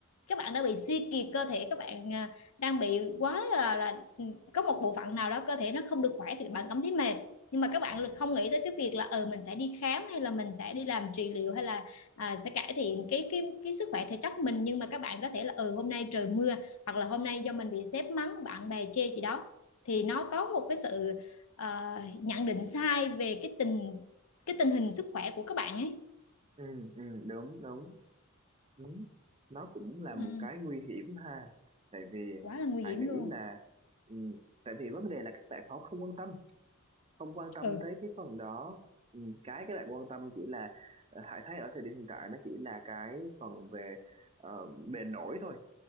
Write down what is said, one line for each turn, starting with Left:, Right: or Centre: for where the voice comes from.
Left: các bạn đã bị suy kiệt cơ thể các bạn à, đang bị quá là là ừ, có một bộ phận nào đó cơ thể nó không được khỏe thì các bạn cảm thấy mệt nhưng mà các bạn không nghĩ tới cái việc là ờ mình sẽ đi khám hay là mình sẽ đi làm trị liệu hay là à, sẽ cải thiện cái cái cái sức khỏe thể chất mình nhưng mà các bạn có thể là ờ hôm nay trời mưa hoặc là hôm nay do mình bị sếp mắng bạn bè chê gì đó thì nó có một cái sự à, nhận định sai về cái tình cái tình hình sức khỏe của các bạn ấy
Right: ừ ừ đúng đúng đúng nó cũng là
Left: ừ.
Right: một cái nguy hiểm ha tại vì
Left: quá là nguy
Right: Hải
Left: hiểm
Right: nghĩ
Left: luôn
Right: là ừ, tại vì vấn đề là các bạn họ không quan tâm không quan tâm
Left: ừ
Right: tới cái phần đó ừ, cái các bạn quan tâm chỉ là ờ, Hải thấy ở thời điểm hiện tại nó chỉ là cái phần về ờ, bề nổi thôi